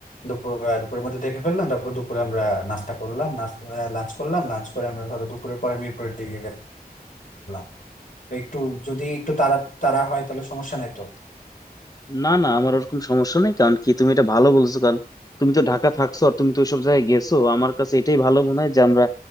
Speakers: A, on the left (about 55°); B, on the left (about 20°).
A: দুপুর আহ, দুপুরের মধ্যে দেখে ফেললাম তারপর দুপুরে আমরা নাস্তা করলাম লাঞ্চ করলাম লাঞ্চ করে আমরা ধরো দুপুরের পরে মিরপুরের দিকে গেলাম তো একটু যদি একটু তাড়া তাড়া হয় তাহলে সমস্যা নাই তো
B: না না আমার ওরকম সমস্যা নেই কারণ কি তুমি এটা ভালো বলছো কারণ তুমি তো ঢাকা থাকছো আর তুমি তো ওইসব জায়গায় গেছো আমার কাছে এটাই ভালো মনে হয় যে আমরা